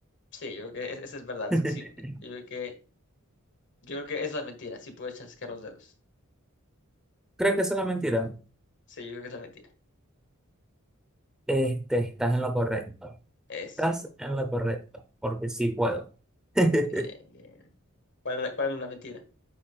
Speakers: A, on the left; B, in the centre.
A: Sí, yo creo que es- eso es verdad.
B: <laughs>
A: Sí, sí, yo creo que, yo creo que es la mentira. Sí puedes chasquear los dedos.
B: ¿Crees que esa es la mentira?
A: Sí, yo creo que es la mentira.
B: Este, estás en lo correcto.
A: Eso,
B: Estás en lo correcto, porque sí puedo. <laughs>
A: bien, bien. ¿Cuál es la, cuál es la mentira?